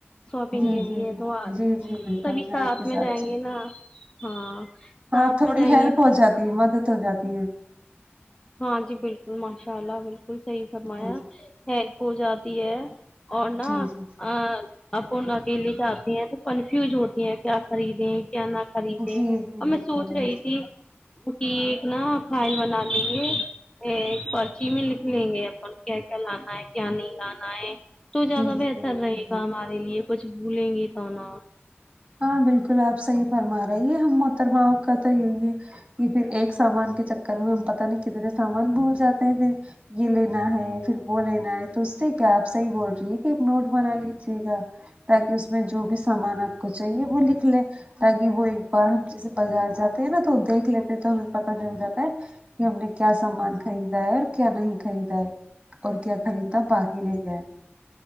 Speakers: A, on the left; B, on the right.
A: شاپنگ
B: جی
A: کے
B: جی
A: لیے تو
B: جی جی بالکل
A: سبھی ساتھ
B: آپ کے
A: میں جائیں
B: چل
A: گے نا ہاں
B: ہاں
A: ساتھ
B: تھوڑی
A: میں جائیں
B: ہیلپ
A: گے نا
B: ہو جاتی
A: تو
B: ہے مدد ہو جاتی ہے
A: ہاں جی بالکل ماشاء اللہ بالکل صحیح فرمایا
B: جی جی
A: ہیلپ ہو جاتی ہے اور نہ
B: جی جی
A: ہاں آپ کون اکیلے جاتے ہیں تو کنفیوز ہوتے ہیں کیا خریدیں کیا نہ خریدے
B: جی جی
A: اور
B: بالکل
A: میں سونچ رہی تھی کہ ایک نا فائل بنالے پھر ایک پرچی میں لکھ لیں گے اپن کیا کیا لانا ہے کیا نہیں لانا ہے تو زیادہ
B: جی جی
A: بہتر
B: بالکل
A: رہے گا ہمارے لیے کچھ بھولیں گی تو نہ
B: ہاں بالکل آپ صحیح فرما رہے ہیں یہ ہم محترماؤں کا تو یوہی یہ پھر ایک سامان کے چکر میں ہم پتہ نہیں کتنے سامان بھول جاتے ہیں پھر یہ لینا ہے پھر وہ لینا ہے تو اس سے کیا آپ صحیح بول رہی ہیں کہ ایک نوٹ بنا لیجیے گا تاکہ اس میں جو بھی سامان آپ کو چاہیے وہ لکھ لے تاکہ وہ ایک بار ہم جیسے بازار جاتے ہیں نا تو دیکھ لیتے ہیں تو ہمیں پتہ چل جاتا ہے کہ ہم نے کیا سامان خریدا ہے اور کیا نہیں خریدا ہے اور کیا خریدا باقی گرد لایے